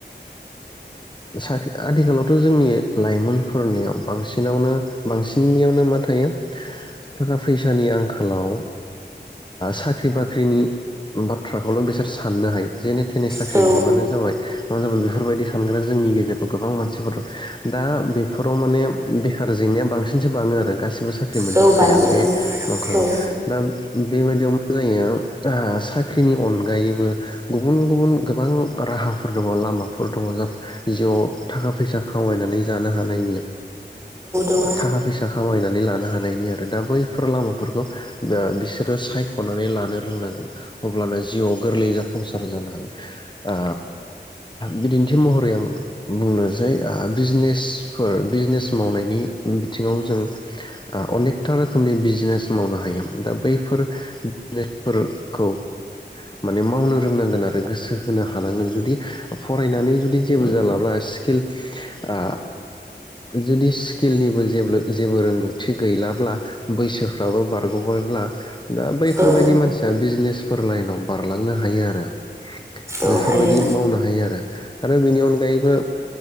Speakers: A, on the left; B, on the right.
A: साख्रि आथिखालावथ' जोंनि लाइमोनफोरनियाव बांसिनावनो बांसिननियावनो मा थायो। थाखा फैसानि आंखालाव साख्रि बाख्रिनि बाथ्राखौल' बिसोर साननो हायो जेे‌ थेने साख्रि
B: सोलोंथाइ लायोबानो जाबाय जों
A: मोनबानो जाबाय मा जाबाय बेफोरबायदि सानग्रा जोंनि गेजेराव गोबां मानसिफोर दा बेफोराव माने बेखार जेंनाया बांसिनसो बाङो आरो गासिबो साख्रि बाख्रि मोनजोबखाया
B: गासैबो सुबुं माहाया
A: बे नंखायखौ
B: बे दा औ
A: दा बेबायदियाव मा जायो। साख्रिनि अनगायैबो गुबुन गुबुन गोबां राहा। फोर दङ लामाफोर दङ जिउआव थाखा फैसा खामायनानै जानो हानायनि।
B: दङ औ
A: थाखा फैसा खामायनानै लानो। हानायनि दा बैफोर लामाफोरखौ बिसोरो सायखनानै लोंनांगोन अब्लाना जिउआव। गोरलै जाफुंसार जानो हागोन। ओ बिदिन्थि महरै आं बुंनोसै ओ बिजनेसफोर बिजनेस मावनाय नि बिथिङाव जों ओ अनेकथा रोखोमनि बिजिनेस मावनो हायो दा बैफोर <unintelligible> खौ माने मावनो रोंनांगोन आरो गोसो होनो हानांगोन जुदि फरायनानै जुदि जेबो जालाब्ला स्किल <inaudible> ओ जुदि स्किलनिबो जे जेबो रोंगौ थि गैलाब्ला बैसो फ्राबो बारग'बायब्ला दा बैफोरबायदि
B: औ
A: मानसिया बिजनेसफोर लाइनाव बारलांनो हायो आरो बेफोरबायदि
B: औ हायो
A: मावनो हायो आरो आरो बेनि अनगायैबो